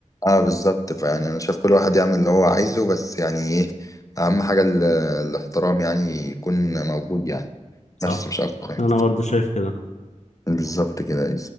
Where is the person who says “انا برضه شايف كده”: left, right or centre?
Left